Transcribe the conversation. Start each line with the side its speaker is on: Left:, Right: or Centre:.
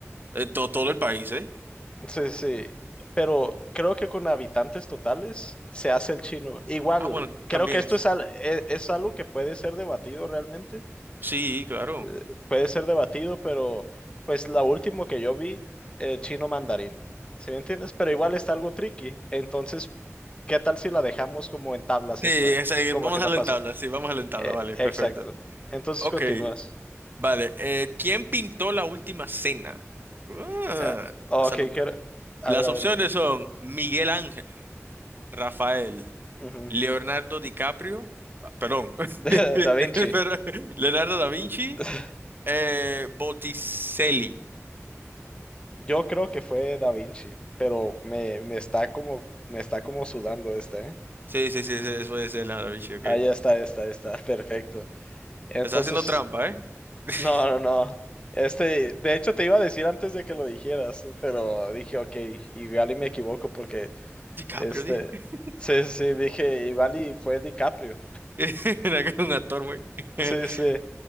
Right: de to- todo el país, ¿eh?
Left: Sí, sí, pero creo que con habitantes totales se hace el chino. Igual,
Right: Ah, bueno,
Left: creo
Right: también
Left: que esto
Right: es.
Left: es, al- e- es algo que puede ser debatido realmente,
Right: Sí, claro.
Left: eh, puede ser debatido, pero pues la último que yo vi, el chino mandarín, ¿sí me entiendes? Pero igual está algo tricky, entonces, ¿qué tal si la dejamos como en tablas
Right: Sí,
Left: esta?
Right: es ahí,
Left: Como
Right: vamos
Left: que no
Right: a la
Left: pasó.
Right: tabla, sí, vamos a la tabla,
Left: Eh,
Right: vale, perfecto.
Left: exacto. Entonces
Right: Ok,
Left: continúas.
Right: vale. eh, ¿quién pintó la última cena? Ah,
Left: Eh, ok,
Right: esa nota.
Left: quiero... A
Right: Las
Left: ver, a
Right: opciones
Left: ver.
Right: son Miguel Ángel, Rafael.
Left: ujú.
Right: Leonardo
Left: <laughs>
Right: DiCaprio, ah, perdón, <laughs>
Left: Da Da Vinci.
Right: pero Leonardo da Vinci,
Left: <laughs>
Right: eh, Botticelli.
Left: Yo creo que fue Da Vinci, pero me, me está como, me está como sudando esta, ¿eh?
Right: Sí, sí, sí, sí, eso es Leonardo da Vinci, ok.
Left: Ahí está, está, está, <laughs> perfecto. Entonces,
Right: Estás haciendo trampa, ¿eh? <laughs>
Left: no, no, no. Este, de hecho te iba a decir antes de que lo dijeras, pero dije, ok, igual y me equivoco porque,
Right: DiCaprio,
Left: este,
Right: dije. <laughs>
Left: sí, sí, sí, dije, igual y fue DiCaprio.
Right: Era que era un actor, güey. <laughs>
Left: Sí, sí.